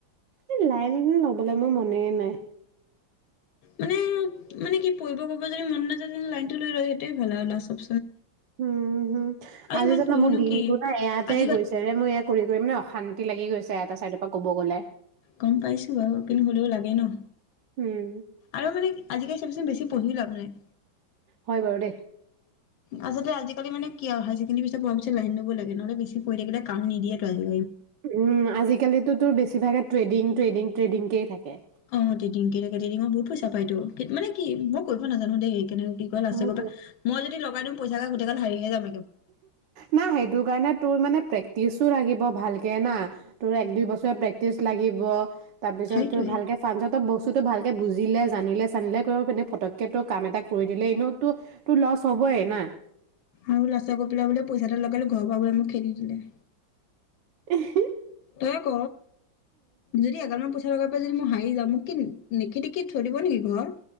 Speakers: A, on the right; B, on the left.
A: এই লাইন লবলৈ মই মনেয়ে নাই
B: মানে মানে কি পৰিঢ় কৰিব যদি মন নাযায় তেনে লাইনটো লৈ ল ভালে ন চব
A: হোম উ উ আজি
B: ইমান
A: জান
B: পঢ়িনো
A: মোৰ দিনটো
B: কি
A: না এয়াতে
B: আজিকাল
A: গৈছে ৰে মোৰ যএ ফুৰি কৰি মানে অশান্তি লাগি গৈছে এটা চাইডৰ পৰা ক'ব গ'লে
B: গম পাইছো বাৰু কিন্তু হ'লেও লাগে ন
A: উম
B: আৰু মানে আজিকালি চাবিচোন বেছি পঢ়িও লাভ নাই হয়নে
A: হয় বাৰু দেই
B: আচলতে আজিকালি মানে কি হই ছেকণ্ডাৰী পিছতপঢ়া পিছত লাইন লব লাগে নহলে বেছি কৈ থাকিলে কাম নিদিয়ে টো অজি
A: উম আজিকালিতো তোৰ বেছিভাগে ট্ৰেডিং ট্ৰেডিং ট্ৰেডিংকেই থাকে
B: অ ট্ৰেডিং কেটাৰিংঙত বহুত পইচা পাই তো মানে কি মই কৰিব নাজানো দে সেইখিনি ইমান
A: উম,
B: আাছে বাবে মই যদি লগাই দিও পইচাগাল গোতেগাল হাৰিয়েজাম
A: না সেইটো কাৰণে তোৰ মানে প্ৰেক্টিছো লাগিব ভালকে না তোৰ এক দুই বছৰে প্ৰেক্টিচ লাগিব অ তাৰ পিছতো
B: সেইটোৱে।
A: ভালকে ফাৰ্মচ ত বস্তুতটো ভালকে বুজিলে জানিলে চানিলে কৰিব পাৰি ফটককে তোৰ কাম এটা কৰি দিলে এনেওতো তোৰ লচ হ'বই না
B: আৰু লাচ কপিলা বলে পইচা এটা লগালে ঘৰৰ পৰা বোলে মোক খেদি দিলে
A: আহি
B: তই ক যদি এগাল মন পইচা লগ পাই যদি মই হাৰি যাওঁ মোক কি নিখিদি কি থৈ দিব নেকি ঘৰত